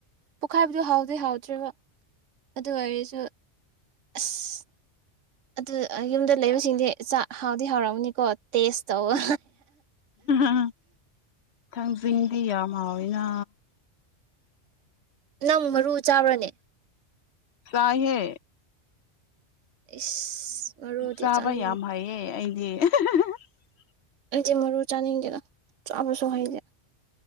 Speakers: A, on the right (about 85°); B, on the left (about 65°).
A: ꯄꯣꯛꯈꯥꯏꯕꯗꯨꯣ ꯍꯥꯎꯗꯤ ꯍꯥꯎꯗ꯭ꯔꯦꯔꯤꯕ ꯑꯗꯨ ꯑꯣꯏꯔꯁꯨ ꯑꯁ ꯑꯗꯨ ꯌꯨꯝꯗ ꯂꯩꯕꯁꯤꯡꯗꯤ ꯆꯥꯛ ꯍꯥꯎꯗꯤ ꯍꯥꯎꯔꯝꯑꯅꯤꯀꯣ ꯇꯦꯁ ꯇꯧꯕ
B: ꯑ ꯊꯥꯡꯖꯤꯡꯗꯤ ꯌꯥꯝ ꯍꯥꯎꯋꯤꯅ
A: ꯅꯪ ꯃꯔꯨ ꯆꯥꯕ꯭ꯔꯅꯦ
B: ꯀꯍꯦ
A: ꯏꯁꯁ ꯃ ꯔꯣꯗꯤꯦ
B: ꯆꯥꯕ
A: ꯆꯅꯤ
B: ꯌꯥꯝ ꯍꯩꯌꯦ <inaudible>
A: ꯆꯦ ꯃꯔꯔ ꯆꯥꯅꯤꯡꯗꯦꯅ ꯑꯕꯁ ꯍꯅꯦ